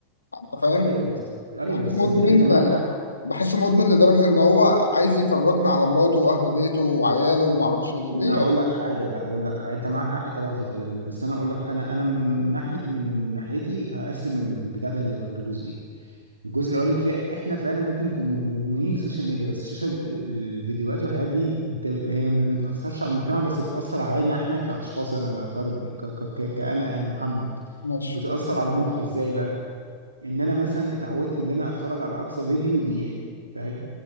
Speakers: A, on the left; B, on the right.
A: يعني انت فاهم
B: ايوه بس ايوه
A: بحسه
B: بس
A: مدمن
B: ده انت معاك حق
A: بحسه مدمن لدرجه ان هو عايز يفرجنا على مراته واهل بيته وعياله وما
B: ما
A: اعرفش ايه ليه
B: انا هقول
A: يا جدع؟
B: لك حاجه بقى هقول لك حاجة. انت معاك حق طبعا في الكلام ده بس انا اقول لك انا انا من ناحيه من ناحيتي هقسم البتاع ده لجزئين الجزء الاولاني في احنا فعلا ممكن نكون مدمنين السوشيال ميديا بس السوشيال ال- الفيديوهات والحاجات دي انت هي ما بتاثرش على المجتمع بس بتاثر علينا احنا كاشخاص انا بقى فرد ك ك ك- كانا يعني محمد
A: ماشي
B: بتاثر على مخي ازاي بقى ان انا مثلا اتعودت ان انا اتفرج على اقصى فيديو دقيقه فاهم